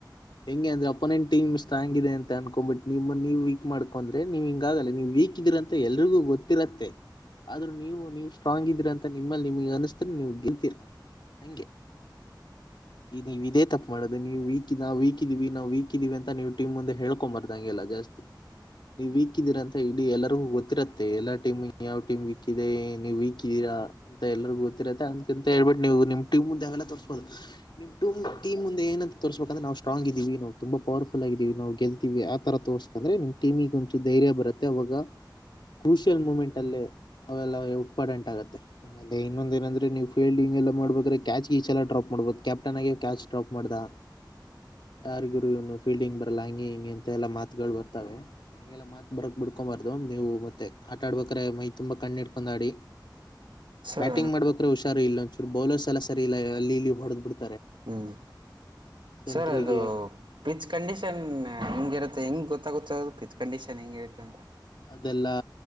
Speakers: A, on the left; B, on the right.
A: ಹೆಂಗೆ ಅಂದ್ರೆ ಅಪೋನೆಂಟ್ ಟೀಮ್ ಸ್ಟ್ರಾಂಗ್ ಇದೆ ಅಂತ ಅನ್ಕೊಂಡ್ಂಬಟ್ ನಿಮ್ಮ್ ನೀವ ವೀಕ್ ಮಾಡ್ಕೊಂಡ್ರೆ ನೀವ ಹಿಂಗಾಗಲ್ಲ ನೀವ ವೀಕ್ ಇದೀರ ಅಂತ ಎಲ್ರಿಗೂ ಗೊತ್ತಿರತ್ತೆ ಆದ್ರೂ ನೀವು ನೀವು ಸ್ಟ್ರಾಂಗ್ ಇದೀರಾ ಅಂತ ನಿಮ್ಮಲ್ಲಿ ನಿಮಗೆ ಅನಸ್ ನೀವು ಗೆಲ್ತೀರ ಹಂಗೆ. ಈ ನೀವ ಇದೇ ತಪ್ಪ ಮಾಡೋದು ನೀವು ವೀಕ್ ನಾ ವೀಕ್ ಇದೀವಿ ನಾವು ವೀಕ್ ದಿವಿ ಅಂತ ನೀವು ಟೀಮ್ ಮುಂದೆ ಹಳ್ಕೊಬರ್ದಂಗೆಲ್ಲ ಜಾಸ್ತಿ ನೀವ್ ವೀಕದ್ದೀರ ಅಂತ ಇಡೀ ಎಲ್ಲರಿಗೂ ಗೊತ್ತಿರತ್ತೆ ಎಲ್ಲಾ ಟೀಮ್ ನೀ ಯಾವ ಟೀಮ್ ವೀಕ್ ಇದೆ ನೀವ ವೀಕದ್ದೀರಾ. ಎಲ್ಲರಿಗೂ ಗೊತ್ತಿರುತ್ತೆ ಅದ್ಕ ಅಂತ ಹೇಳ್ಬಿಟ್ಟ ನೀವು ನಿಮ್ ಟೀಂ ಮುಂದೆ ಅವೆಲ್ಲ ತೋರಿಸ್ಬದು. ನಿಮ ಟಮ ಟೀಮ ಮುಂದ ಏನಂತ ತೋರ್ಬೇಕ ಅಂದ್ರ ನಾವು ಸ್ಟ್ರಾಂಗ್ ಇದೀವಿ ನವು. ತುಂಬ ಪರ್ಫುಲ್ ಆಗಿದೀವಿ ನಾವ ಗೆಲ್ತೀವಿ ಆ ತರ ತೋರ್ಸಸಿದ್ದರೆ ನಿಮ್ ಟೀಮಂಗ ಒಂಚೂರು ಧೈರ್ಯ ಬರುತ್ತೆ ಅವಾಗ ಕ್ರರುಷಿಯಲ್ ಮುಮೆಂಟ್ ಅಲ್ಲೇ ಅವೆಲ್ಲ ಇಂಪಾರ್ಟೆಂಟ್ ಆಗತ್ತೆ ಇನ್ನೊಂದ ಏನಂದ್ರೆ ನೀವು ಫೀಲ್ಡಿಂಗ್ ಎಲ್ಲಾ ಮಾಡಬೇಕರೆ ಕ್ಯಾಚ್ ಗಿಚ್ ಎಲ್ಲಾ ಡ್ರಪ್ ಮಾಡ್ಬಹದು ಕ್ಯಾಪ್ಟನ್ ಆಗಿ ಕ್ಯಾಚ್ ಡ್ರಾಪ್ ಮಾಡ್ದ ಯಾರ ಗುರು ಇವನು ಫೀಲ್ಡಿಂಗ್ ಬರಲ್ಲ ಹಂಗೆ ಹಿಂಗೆ ಅಂತಾ ಎಲ್ಲಾ ಮಾತ್ ಗಳು ಬರ್ತವೆ ಹಂಗೆಲ್ಲಾ ಮಾತ್ ಬರಕ್ ಬಿಡ್ಕೊಬಾರದು ನೀವು ಮತ್ತ ಮತ್ತೆ ಆಟ ಆಡ್ಬೇಕಾರೆ ಮೈ ತುಂಬಾ ಕಣ್ಣ ಇಡ್ಕೊಂಡ್ ಆಡಿ.
B: ಸರ್
A: ಬ್ಯಾಟಿಂಗ್ ಮಾಡ್ಬೇಕ್ರರೆ ಹುಷಾರು ಇಲ್ಲ ಒಂಚೂರು ಬೌಲರ್ಸ್ ಎಲ್ಲ ಸರಿ ಇಲ್ಲ ಅಲ್ಲಿ ಇಲ್ಲಿ. ಹೊಡದ ಬುಡ್
B: ಹ್ಮ್
A: ಸೆಂಟ್ರಿಗೆ
B: ಸರ್ ಅದು ಪಿಚ್ ಕಂಡೀಷನ್ ಹೆಂಗಿರತ್ತೆ ಹೆಂಗ್ ಗೊತ್. ಗೊತ್ತ ಆಗುತ್ತ ಅದು ಪಿತ್ ಕಂಡೀಷನ್ ಹೆಂಗಗಿರುತ್ತೆ ಅಂತ.
A: ಅದೆಲ್ಲಾ.